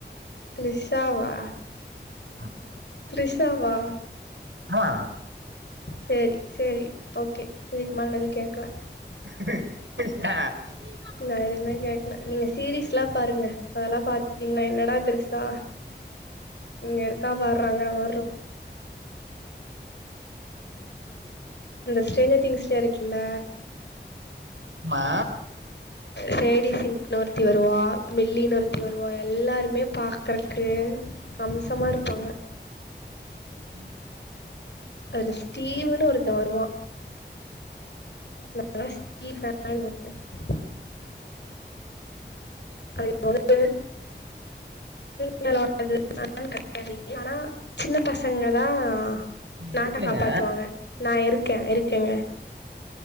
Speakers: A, on the left (about 70°); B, on the right (about 85°).
A: த்ரிஷா வா
B: ஆ
A: த்ரிஷா வா
B: ஆமா
A: சேரி சேரி ஓகே இதுக்குமேலே நா எதுவு கேக்கல
B: ஏ
A: நா எதுவுமே கேட்க்கல நீங்க சீரீஸ்ல்லா பாருங்க அதெல்லா பாத்துட்டீங்கன்னா என்னடா திரிசா இங்க இருக்கா பார்ரா ங்கிற மாரி இருக்கு அந்த ஸ்டேஜர் திங்ஸ் சியா இருக்குல்ல
B: மா
A: சேடி சிங்க் ஒருத்தி வருவா மில்லி நு ஒருத்தி வருவா எல்லாருமே பாக்குறக்கு அம்சமா இருப்பாங்க
B: ம்
A: அதுல ஸ்டீவுன்னு ஒருத்தே வருவா நம்மல்ல ஸ்டிபேனுங்க <inaudible> அது <inaudible> ஆனா சின்ன பசங்க தான் ஆ
B: நீங்க
A: நாட்ட
B: இருக்குலங்க
A: காப்பாத்துவாங்க நா இருக்கே இருக்கேங்க